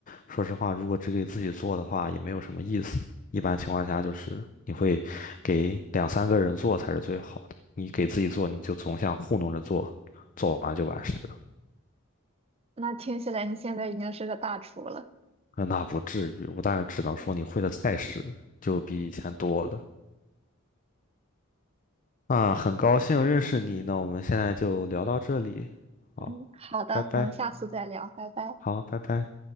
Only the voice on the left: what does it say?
说实话，如果只给自己做的话，也没有什么意思。一般情况下，就是你会给两三个人做才是最好的。你给自己做，你就总想糊弄着做，做完就完事了。
那那不至于，我当然只能说你会的菜式就比以前多了。啊，很高兴认识你，那我们现在就聊到这里，好，
拜拜，
好，拜拜。